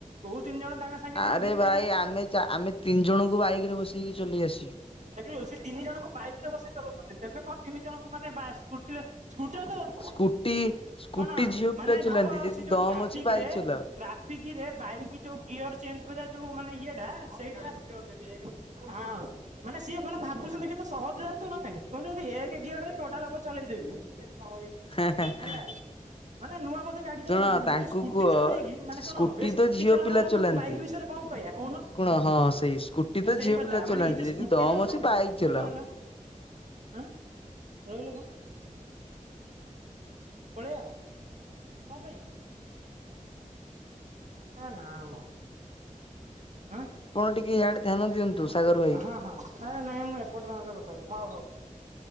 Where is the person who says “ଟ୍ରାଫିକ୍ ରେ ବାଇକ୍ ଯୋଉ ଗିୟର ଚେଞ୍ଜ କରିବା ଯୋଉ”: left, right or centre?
Right